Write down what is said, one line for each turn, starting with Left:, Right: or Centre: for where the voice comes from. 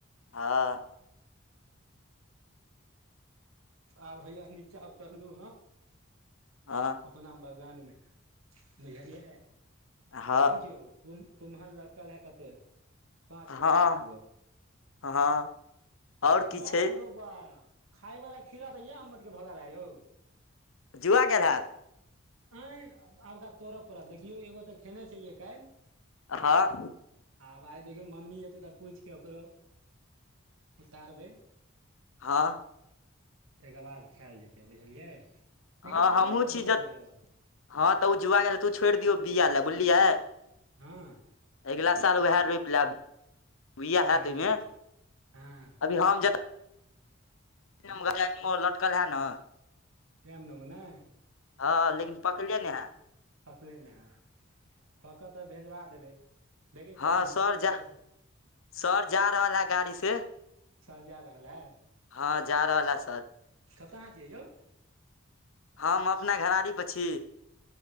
Left: हाँ
Right: आब <unintelligible> हैया नीचा उतरलु हम
Left: आँ।
Right: अपना बगानमे बुझलियै
Left: हँ
Right: देखियौ कुम कुम्हल लटकाल है कते पाँच
Left: हँ
Right: गो सात गो
Left: हँ
Right: आ
Left: आओर की
Right: बापरो
Left: छै
Right: खाय वला खीरा तऽ यह हम मोटके भगा ला यौ
Left: जुआके खेलयैत
Right: आयें आबका तोड़य पड़त देखियौ एगो तऽ खेने छलियै काल्हि
Left: हाँ
Right: आब आइ देखियौ मम्मी एतै तऽ पुछिके ओकरो उतारबै
Left: हां
Right: ताहिके बाद खायएल जेतै बुझलियै लेकिन
Left: हँ
Right: बड़ी
Left: हमहुँ
Right: मोटके
Left: छी ज
Right: भऽ गेलै यौ
Left: हँ, तऽ ओ जुआ गेल, तू छोड़ि दियौ बीया लए बुझलियै?
Right: हाँ
Left: अगिला साल उएह रोपि लेब बिआ हत
Right: अगिला
Left: ओहिमे
Right: साल हँ
Left: अभी हम ज <unintelligible> लटकल है ने।
Right: टाइम नाम ने
Left: हँ, लेकिन पकड़ियै नेहाँ
Right: तकले <unintelligible> ने है कऽ कऽ तऽ भेजबा देबै। देखै छियै
Left: हँ,
Right: खिचऽ
Left: सर जा-
Right: पिचऽ
Left: सर जा रहल है गाड़ी से।
Right: सर जा रहल है?
Left: हँ, जा रहल ह सर।
Right: कतय छियै यौ?
Left: हम अपना घरारी पर छी